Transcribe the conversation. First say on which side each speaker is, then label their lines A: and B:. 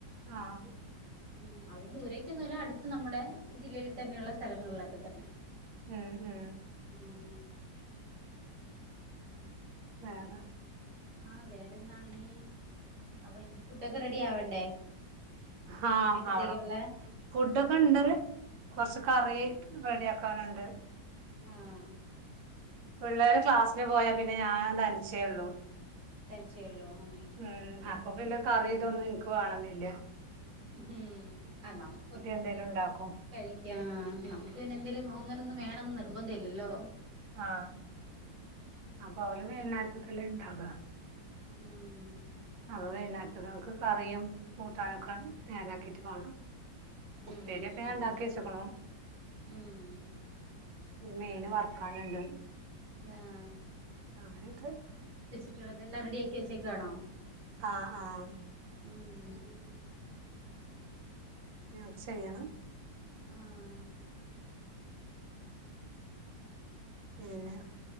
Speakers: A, on the right; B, on the right.
A: ആഹ്
B: ഉ അതും ദൂരക്കൊന്നുമല്ല അടുത്ത നമ്മുടെ ജില്ലയിൽ തന്നെയുള്ള സ്ഥലങ്ങളിലൊക്കെ തന്നെ
A: ഉം ഉം
B: ഉ
A: വേറെ
B: ആഹ വേറെ എന്നാ ഇന അപ്പൊ ഇനിപ്പോ ഫുഡൊക്കെ റെഡി ആവണ്ടേ
A: ആഹ
B: വീട്ടത്തേക്കുള്ള
A: ആവണം ഫുഡൊക്കെ
B: ഉം
A: ഉണ്ട് കൊറച്ച് കറി റെഡി ആക്ക ആക്കാനുണ്ട്
B: ആഹ
A: പിള്ളേര് ക്ലാസ്സിന് പോയാ പിന്നെ ഞാൻ തനിച്ചേ ഉള്ളൂ
B: തനിച്ചേ ഉള്ളൂ ആഹ്
A: ഉം അപ്പൊ പിന്നെ കറിതൊന്നും എനിക്ക് വാണന്നില്ല
B: ഉം അ നമുക്ക്
A: എന്തേലും
B: എന്ത്
A: ഉണ്ടാക്കും
B: കഴിക്കാ ആ നമുക്ക് പിന്നെന്തേലും ങ്ങനൊന്നും വേണംന്ന് നിർബന്ധല്ലല്ലോ
A: ആഹ് അപ്പൊ ഓല് വൈകുന്നേരത്തക്കല്ലെ ഇണ്ടാവ
B: ഉം
A: അ വൈന്നേരത്ത്ക്കേക്ക് കറിയും കൂട്ടാനൊക്കെ നേരാക്കിട്ട് കാണ
B: ഉം
A: ഉപ്പേരിയൊക്കെ ഞാൻ
B: ഉം
A: ഉണ്ടാക്കിച്ചക്ക്ണു
B: ഉം
A: മെയിന് വർക്കാന്ണ്ട്
B: ആഹ്
A: അങ്ങനെയൊക്കെ
B: തെല്ലാം റെഡിയാക്കി വെച്ചേക്കാണോ
A: ആഹ് ആഹ്
B: ഉം
A: ഞാൻ അക്ഷയ
B: ആഹ്
A: പിന്നെ